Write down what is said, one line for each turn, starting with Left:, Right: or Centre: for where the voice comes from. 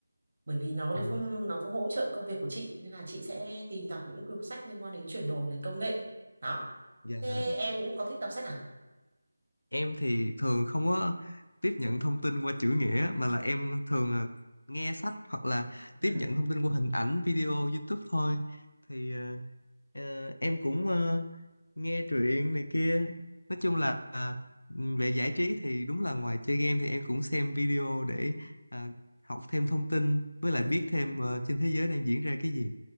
Right: Bởi vì nó
Left: Ờ,
Right: cũng- nó cũng hỗ trợ công việc của chị nên là chị sẽ tìm đọc những quyển sách liên quan đến chuyển đổi này công nghệ. Đó.
Left: dạ.
Right: Thế em cũng có thích đọc sách à?
Left: Em thì thường không có tiếp nhận thông tin qua chữ nghĩa mà là em thường là nghe sách hoặc là tiếp
Right: Ừ.
Left: nhận thông tin qua hình ảnh, video, YouTube thôi. Thì ờ, ờ, em cũng ờ, nghe truyện này kia. Nói chung là à, về giải trí thì đúng là ngoài chơi game thì em cũng xem video để à, học thêm thông tin với
Right: Ừ.
Left: lại biết thêm ờ, trên thế giới đang diễn ra cái gì.